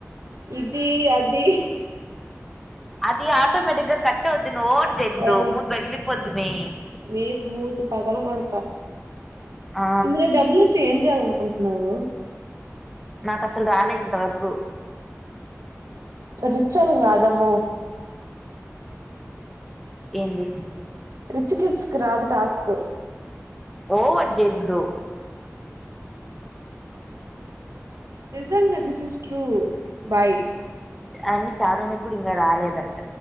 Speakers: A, on the right; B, in the centre.
A: ఇది అది
B: అది ఆటోమేటిక్ గా కట్టవుది దీన్ ఓవర్ జేయక్ దో
A: ఏ
B: మూతి బగిలిపోద్ది మే
A: నీకు మూతి పగల కొడతా
B: ఆ
A: ఇందులో డబ్బులు ఒస్తె ఏం చేయాలనుకుంటున్నావు
B: నాక్ అసల్ రాలే ఇంత వరకు
A: రిచోలు కాదమ్మో
B: ఏంది
A: రిచ్ కిడ్స్ కి రాదు టాస్క్
B: ఓవర్ జెయొదు
A: నిజంగ దిస్ ఇస్ ట్రూ బై
B: ఆమే చాందనికి కూడా ఇంకా రాలేదంట